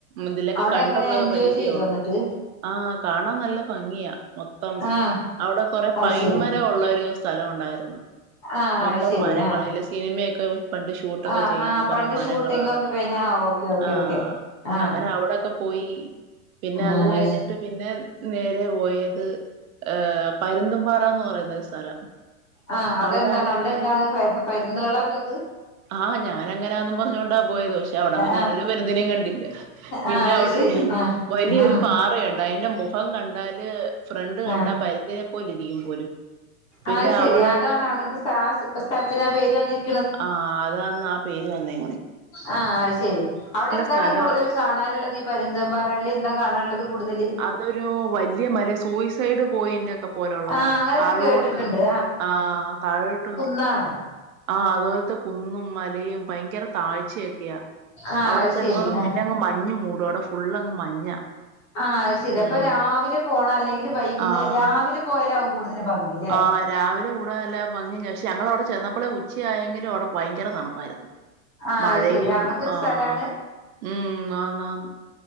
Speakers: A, on the right (about 70°); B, on the left (about 20°).
A: ഇതിലൊക്കെ
B: അവിടെ
A: കണ്ടൊള്ളൊക്കെ
B: എങ്ങനെ എൻജോയ്
A: പരിചയോള്ളു.
B: ചെയ്തോ എന്നിട്ട്
A: ആഹ് കാണാൻ നല്ല ഭംഗിയാ മൊത്തം
B: ആഹ്
A: അവിടെ കൊറെ
B: അത്
A: പൈന്മരം
B: ശരി
A: ഉള്ള ഒരു സ്ഥലോണ്ടായിരുന്നു.
B: ആഹ്
A: മൊത്തം
B: അത് ശരി
A: മരങ്ങള്സിനിമയൊക്കെ
B: ആഹ്
A: പണ്ട് ഷൂട്ടൊക്കെ
B: ആഹ്
A: ചെയ്യുന്ന
B: ആഹ്
A: കുറെേ
B: പണ്ട്
A: മരങ്ങള്
B: ഷൂട്ടിംഗ്
A: നറഞ്ഞ
B: ഒക്കെ കഴിഞ്ഞ ആ ഓക്കെ ഓക്കെ
A: ആഹ്
B: ഓക്കെ ആഹ്
A: അങ്ങനെ അവിടൊക്കെ പോയി പിന്നെ അത്
B: ആഹ്
A: കഴിഞ്ഞ പിന്നെ നേരെ പോയത് അ ഏഹ് പരുന്തുംമ്പാറ എന്ന് പറയുന്ന ഒരു സ്ഥലം
B: ആ അതെന്താണ്
A: അവിടാണെങ്കില്
B: അവിടെ എന്താണ് പരുന്തുകളാള്ളത്
A: ആഹ് ഞാനങ്ങനാന്നും പറഞ്ഞോണ്ടാ പോയത് പക്ഷെ അവിടെങ്ങും
B: ആഹ്
A: ഞാനൊരു പരുന്നിനേയും കണ്ടില്ല പിന്നെ
B: ആഹ് അത്
A: അവിടൊരു
B: ശരി ആഹ്
A: വലിയൊരു
B: ആഹ്
A: പാറയാണ് അതിന്റെ മുഖം കണ്ടാല് ഫ്രണ്ട് കണ്ടാ
B: ആഹ്
A: പരുന്തിന്നെ പോല ഇരിക്കും പോലും പിന്നെ
B: അത് ശെരി
A: അവിടങ്ങ്
B: അതാണോ അങ്ങനത്തെ സ്ഥലത്തിന് ആ പേര് വന്നിരിക്ക്ന്നേ
A: ആ അതാന്ന് ആ പേര് വന്നേ.
B: ആ അത് ശരി. അവിടെ എന്താണ്
A: സ്ഥലവാ
B: കൂടുതൽ കാണാനുള്ളത് ഈ പരുന്തംമ്പാറേല് എന്താ കാണാനുള്ളത് കൂടുതല്?
A: അതൊരു വലിയ മല സൂയിസൈഡ് പോയിന്റക്കെ പോലുള്ളതാ
B: ആഹ് അങ്ങനെയൊക്കെ
A: താഴോട്ട്
B: കേട്ടിട്ടുണ്ട്
A: ആ താഴോട്ടോ
B: താണോ
A: ആഹ് അതുപോലത്തെ കുന്നും മലയും ഭയങ്കര താഴ്ചയൊക്കെയാ
B: ആഹ്
A: അവിടെ
B: അത്
A: ചെന്നാ
B: ശരി ആഹ്
A: പിന്നെങ്ങ് മഞ്ഞ് മൂടും അവിടെ ഫു ഫുള്ളങ്ങ് മഞ്ഞാ
B: ആഹ് അത് ശരി
A: ഉം
B: അപ്പൊ രാവിലെ പോണാ അല്ലെങ്കിൽ വൈകുന്നേ
A: ആഹ്
B: രാവിലെ പോയാലാവും കൂടുതല് ഭംഗില്ലേ
A: ആഹ് രാവിലെ കൂടെ അല്ല ഭംഗി <unintelligible> ഞങ്ങള് അവിടെ ചെന്നപ്പോളെ ഉച്ചയായെങ്കിലും അവിടെ ഭയങ്കര തണപ്പായിരുന്നു
B: ആഹ്
A: മഴയും
B: അത് ശെരി അങ്ങനത്തെ ഒരു
A: ആഹ്
B: സ്ഥലാണ്
A: ഉം ആന്നന്ന്